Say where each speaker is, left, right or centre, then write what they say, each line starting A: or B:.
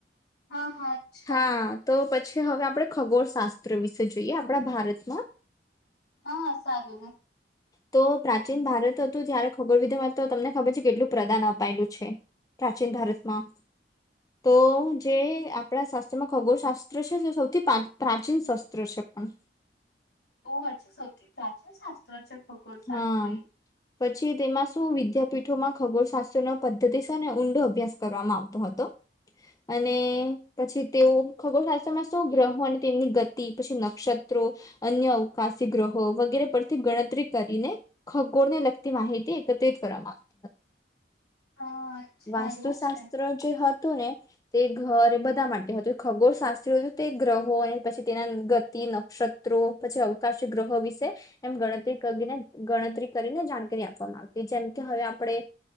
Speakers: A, on the left; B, on the left.
A: હા હા અચ્છા
B: હા તો હવે આપણે ખગોળ શાસ્ત્ર વિશે જોઈએ આપણા ભારતમાં
A: હા સારું હ
B: તો પ્રાચીન ભારત હતું ત્યારે ખગોળ વિધમાં તો તમને ખબર છે કેટલું પ્રદાન અપાયેલું છે પ્રાચીન ભારતમાં તો જે આપણા શાસ્ત્રમાં ખગોળશાસ્ત્ર છે તે સૌથી પ્રા પ્રાચીન શસ્ત્ર છે પણ.
A: ઓ અચ્છા સૌથી પ્રાચીન શાસ્ત્ર છે! ખગોળ શાસ્ત્ર
B: હા
A: એ
B: પછી તેમાં શું વિદ્યા પીઠોમાં ખગોળશાસ્ત્ર ન પદ્ધતિ છે ને ઊંડો અભ્યાસ કરવામાં આવતો હતો અને પછી તેઓ ખગોળશાસ્ત્રમાં શો ગ્રહો અને તેમની ગતિ પછી નક્ષત્રો અન્ય અવકાશી ગ્રહો વગેરે પરથી ગણતરી કરીને ખગોળને લગતી માહિતી એકત્રિત કરવામાં આવતી હતી.
A: હા અચ્છા
B: વાસ્તુશાસ્ત્ર
A: એવું છે
B: જે હત હતું ને તે ઘર એ બધા માટે હતું ખગોળ શાસ્ત્રી હતું તે ગ્રહો અને પછી તેના ગતિ નક્ષત્રો પછી અવકાશી ગ્રહો વિશે એમ ગણતરી કરીને ગણતરી કરીને જાણકારી આપવામાં આવતી જેમ કે હવે આપણે